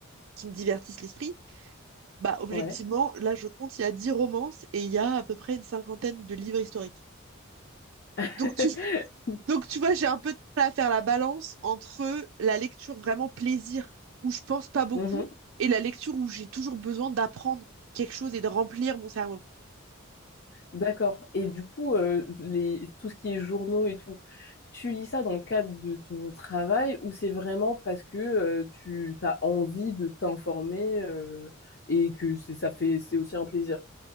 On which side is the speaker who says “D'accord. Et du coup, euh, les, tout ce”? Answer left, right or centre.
Left